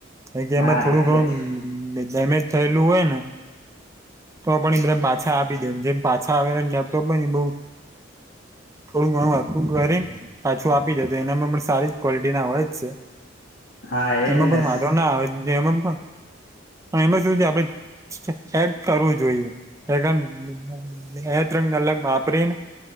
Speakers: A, on the right; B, on the left.
A: કારણ કે એમાં
B: હા
A: થોડું
B: એટલે
A: ઘણું
B: જ
A: ડેમેજ થયેલું હોય ને તો પણ એ બધ પાછા આપી દે જેમ પાછા આવેલા લેપટોપ હોય ને બોવ થોડું ઘણર તું કરી ને પાછું આપી દે તો એનામાં પણ સારી જ ક્વોલિટી ના હોય જ છે.
B: હા એજ
A: એમાં પણ
B: ને
A: વાંધો ના આવે એમાં પણ પણ એમાં શુ છે આપ હેપ કરવું જોઈએ. <unintelligible> બાપરીન